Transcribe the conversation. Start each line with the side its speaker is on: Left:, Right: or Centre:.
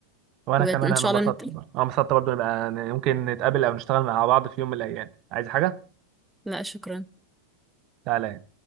Right: وانا
Centre: وان
Right: كمان انا
Centre: شاء
Right: انبسطت
Centre: الله نت...
Right: برضه انا انبسطت برضه نبقى ممكن نتقابل او نشتغل مع بعض في يوم من الايام عايز حاجه
Centre: لا شكرا
Right: تعالى